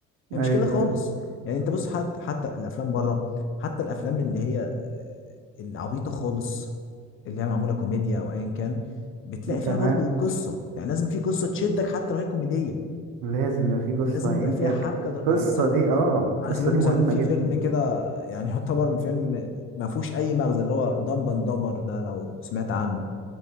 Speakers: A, on the left; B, on the right.
A: هي مش
B: ايوه
A: كده خالص
B: ايوه
A: يعني انت بص حتى حتى الافلام بره حتى الافلام اللي هي آه، العبيطه خالص اللي هي معموله كوميديا او ايا كان بتلاقي فيها
B: تمام
A: برضو قصه يعني لازم في قصه تشدك حتى لو هي كوميديه
B: لازم يبقى في قصة
A: لازم
B: يعني
A: يبقى
B: انت
A: فيها حبكه
B: القصة
A: در- يعني مثلا
B: دي اه القصة
A: على سبيل المثال
B: دي مهمة
A: في
B: جدا
A: فيلم كده يعني يعتبر من فيلم م- ما فيهوش اي مغزى اللي هو دمب اند دمبر ده لو سمعت عنه